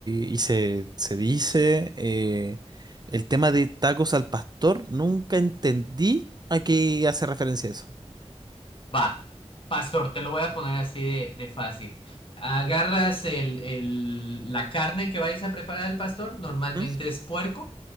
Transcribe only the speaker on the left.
Va, pastor, te lo voy a poner así de, de fácil. Agarras el, el- la carne que vayas a preparar al pastor, normalmente
es puerco,